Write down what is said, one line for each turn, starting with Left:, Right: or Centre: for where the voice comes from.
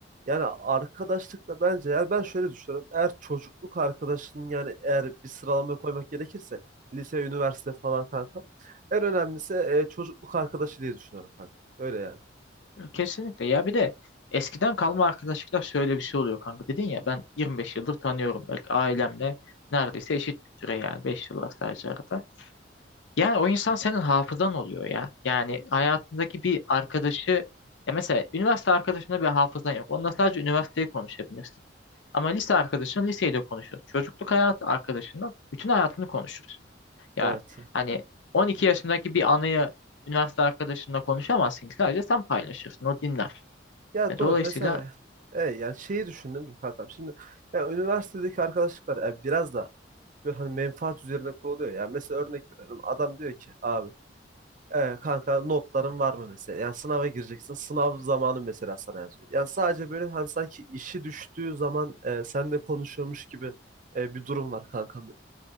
Right: yani arkadaşlıkla bence yani ben şöyle düşünüyorum. Eğer çocukluk arkadaşının yani eğer bir sıralamaya koymak gerekirse lise, üniversite falan kanka en önemlisi e, çocukluk arkadaşı diye düşünüyorum kanka. Öyle yani.
Left: Kesinlikle. Ya bir de eskiden kalma arkadaşlıklar şöyle bir şey oluyor kanka. Dedin ya ben 25 yıldır tanıyorum. Belki ailemle neredeyse eşit bir süre yani. beş yıl var sadece arada. Yani o insan senin hafızan oluyor ya. Yani hayatındaki bir arkadaşı ya mesela üniversite arkadaşında bir hafızan yok. Onunla sadece üniversiteyi konuşabilirsin. Ama lise arkadaşın liseyle konuşur. Çocukluk hayatı arkadaşınla bütün hayatını konuşuruz. Yani
Right: Evet.
Left: hani 12 yaşındaki bir anıyı üniversite arkadaşınla konuşamazsın ki sadece sen paylaşırsın. O dinler.
Right: Ya
Left: E,
Right: doğru.
Left: Dolayısıyla
Right: Mesela e, yani şeyi düşündüm de kankam. Şimdi ya üniversitedeki arkadaşlıklar e, biraz da böyle hani menfaat üzerine kuruluyor. Yani mesela örnek veriyorum. Adam diyor ki abi e, kanka notların var mı mesela? Yani sınava gireceksin. Sınav zamanı mesela sana yazıyor. Yani sadece böyle hani sanki işi düştüğü zaman e, seninle konuşuyormuş gibi e, bir durum var kankam.